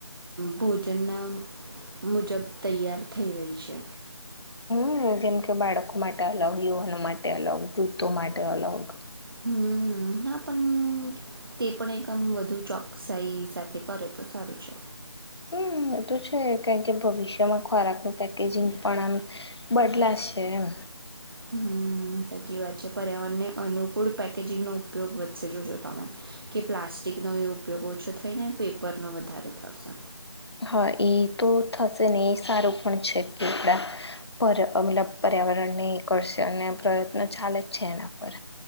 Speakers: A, on the right (about 50°); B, on the left (about 60°).
A: ભોજનના મુજબ તૈયાર થઈ રહી છે.
B: હમ્મ જેમ કે બાળકો માટે અલગ યુવાનો માટે અલગ વુ્ધો માટે અલગ.
A: હમ્મ હા પણ તે પણ એકમ વધુ ચોકસાઈ સાથે કરે તો સારું છે.
B: હમ એ તો છે કારણ કે ભવિષ્યમાં ખોરાકનું પેકેજિંગ પણ આમ બદલા છે એમ.
A: હમ્મ સાચી વાત છે પર્યાવરણને અનુકૂળ પેકેજિંગ નો ઉપયોગ વચ્ચે જોજો તમે કે પ્લાસ્ટિકનો એ ઉપયોગ ઓછું થઈને પેપરનો વધારે થશે.
B: હા એ તો થશે ને એ સારું પણ છે કે આપડા પર મતલબ પર્યાવરણ ન કરળશે અને પ્રયત્નો ચાલે જ છે એના પર.